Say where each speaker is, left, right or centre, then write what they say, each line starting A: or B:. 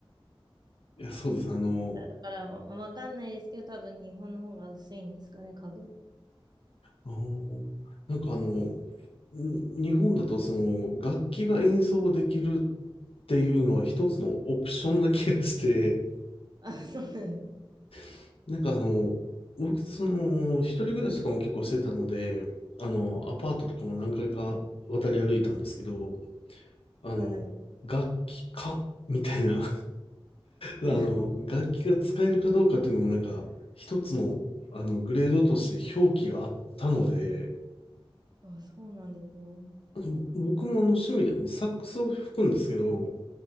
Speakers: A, on the left (about 75°); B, on the right (about 45°).
A: いや、そうです。あの、
B: だからわわかんないですけど、多分日本の方が薄いんですかね、壁。
A: あーなんかあの、ん日本だとその楽器が演奏できるっていうのは一つのオプションな気がして、
B: <laughs> あ、そうなんです
A: <laughs> なんかあの、僕、その、一人暮らしとかも結構してたので、あの、アパートとかも何回か渡り歩いたんですけど、あの、
B: はい。
A: 楽器かみたいなあの、
B: <laughs>
A: 楽器が使えるかどうかっていうのもなんか、一つの、あの、グレードとして表記があったので、
B: あ、そうなんですね。
A: ぼ僕もあの趣味でもサックスを吹くんですけど、